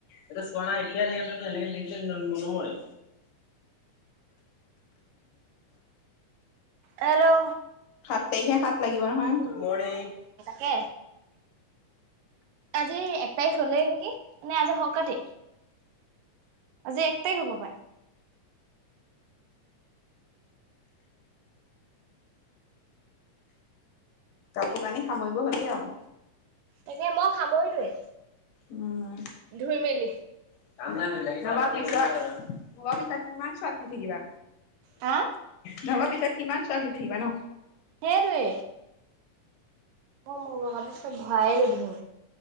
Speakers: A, on the left; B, on the right.
A: এইটো চোৱা নাই। এতিয়াই ভাঙিছে টো এনেকে থাকিব লাগিব ন নহয়।
B: হেল্ল
A: সাত তাৰিখে সাত লাগিব নহয়। গুড মৰ্ণিং
B: কে আজি এক তাৰিখ হ'লেই নেকি? নে আজি সৌকাতি? আজি এক তাৰিখ হ'ব পায়।
A: কাপোৰ কানি সামৰিব হ'লেই আওঁ।
B: তাকে মই সামৰিলোৱে।
A: উম।
B: ধুই মেলি
A: <inaudible> নহবা পিছত নহবা পিছত কিমান চোৱাত ধুই থাকিবা?
B: হা
A: নহবা পিছত কিমান চোৱা ধুই থাকিবা ন?
B: সেইটোৱে। মই মোৰ ভাগৰ চব ভৰাই লৈ ধু।